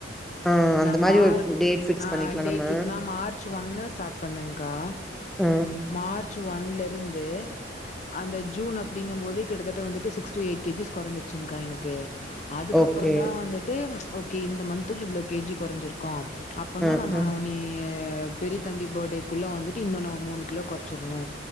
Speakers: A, in the centre; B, on the left.
A: ஆ அந்த
B: நம்மாள்அ
A: மாரி ஒரு டேட் ஃபிக்ஸ் பண்ணிக்கலாம்
B: டேட்
A: நம்ம.
B: பிக்ஸ் தா மார்ச் ஒன்னு ஸ்டார்ட் பண்ணுங்கா
A: ஆ.
B: மார்ச் ஒன்ல இருந்து அந்த ஜூன் அப்டிங்கும் போதே கிட்டத்தட்ட வந்துட்டு six to eight K Gs கொறஞ்சிருச்சிங்க்கா எனக்கு அதுக்கப்புறோ
A: ஓகே.
B: தா வந்துட்டு ஓகே இந்த மந்த்துல இவ்ளோ கேஜி கொறஞ்சிருக்கோ அப்டின்னா
A: அ,
B: நம்ம
A: அ.
B: நீ பெரிய தம்பி பேர்டேக்குள்ளே வந்துட்டு இன்னு நம்ம மூணு கிலோ கொறச்சிர்ணு